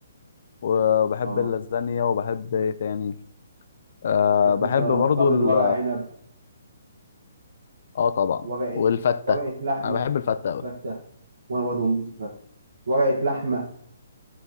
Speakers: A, on the left; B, on the right.
A: وبحب
B: اه
A: اللازانيا وبحب ايه تاني أه
B: عارف
A: بحب
B: انت
A: برضو
B: طاجن
A: ال-
B: ورق عنب
A: اه طبعا
B: ورقه
A: والفتة
B: ورقه لحمه
A: انا بحب الفتة قوي
B: فته وانا برضه بموت في الفته. ورقه لحمه